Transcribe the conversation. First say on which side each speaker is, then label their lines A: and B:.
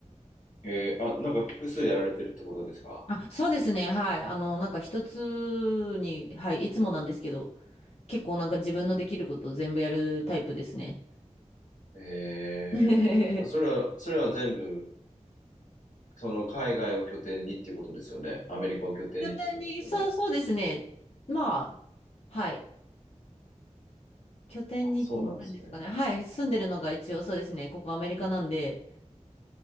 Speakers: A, on the left; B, on the left.
A: えー、あ、なんか複数やられてるってことですか
B: あ、そうですね、はい。あの、なんか一つに、はい、いつもなんですけど、結構なんか自分のできること全部やるタイプですね。
A: えー、
B: <laughs>
A: それは、それは全部、その海外を拠点にっていうことですよね。アメリカを拠点にってことですよね。
B: 拠点に、そうそうですね。まあ、はい。拠点になるんですかね。
A: あ、そうなんですね。
B: はい。住んでるのが一応そうですね。ここアメリカなんで、